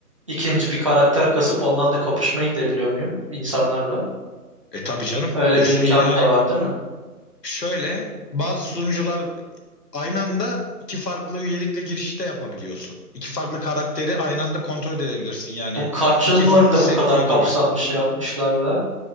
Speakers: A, on the right; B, on the left.
A: İkinci bir karakter kasıp ondan da kapışmaya gidebiliyor muyum insanlarla?
B: E tabii canım.
A: Öyle
B: İşte
A: bir imkanım
B: Yani
A: da var değil mi?
B: şöyle bazı sunucular aynı anda iki farklı üyelikle girişte yapabiliyorsun. İki farklı karakteri aynı anda kontrol edebilirsin. Yani
A: Bu kaç
B: iki
A: yılın
B: farklı
A: oyunda
B: sekme
A: bu kadar
B: gibi.
A: kapsamlı şey yapmışlar da?